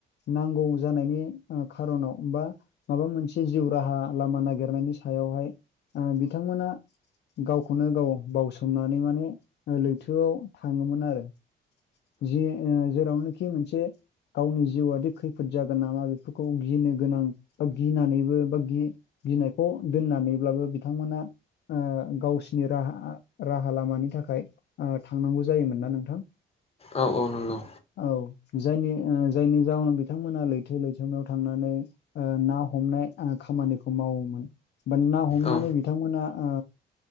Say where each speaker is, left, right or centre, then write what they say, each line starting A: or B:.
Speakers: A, on the left; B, on the left.
A: नांगौ जानायनि ओ खार'नाव बा माबा मोनसे जिउ राहा लामा नागिरनायनि सायावहाय ओ बिथांमोना गावखौनो गाव बावसोमनानै माने ओ लैथोआव थाङोमोन आरो जि ओ जेरावनोखि मोनसे गावनि जिउआदि खैफोद जागोन नामा बेफोरखौ गिनो गोनां बा गिनानैबो बा गि गिनायखौ दोननानैब्लाबो बिथांमोना ओ गावसिनि राहा आ राहा लामानि थाखाय आ थांनांगौ जायोमोन ना नोंथां?
B: औ औ नंगौ।
A: औ जायनि ओ जायनि जाहोनाव बिथांमोना लैथो लैथोमायाव थांनानै ओ ना हमनाय आ खामानिखौ मावोमोन। बा ना हमनानै
B: औ
A: बिथांमोना ओ